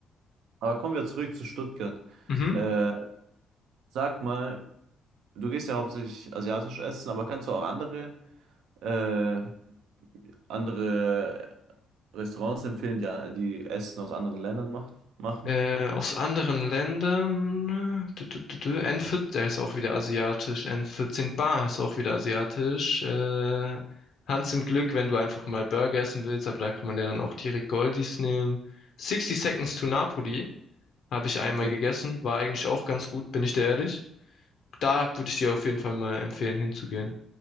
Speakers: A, on the right; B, on the left.
A: Aber kommen wir zurück zu Stuttgart.
B: Mhm.
A: Äh, sag mal, du gehst ja hauptsächlich asiatisch essen, aber kannst du auch andere, äh, andere Restaurants empfehlen, die, die Essen aus anderen Ländern macht, machen?
B: Äh, aus anderen Ländern. Dü, dü, dü, dü. N14, der ist auch wieder asiatisch. N14 Bar ist auch wieder asiatisch. Äh, Hans im Glück, wenn du einfach mal Burger essen willst, aber da kann man ja dann auch direkt Goldies nehmen. Sixty Seconds
A: Mhm.
B: to Napoli habe ich einmal
A: Okay.
B: gegessen, war eigentlich auch ganz gut, bin ich dir ehrlich. Da würde ich dir auf jeden Fall mal empfehlen, hinzugehen.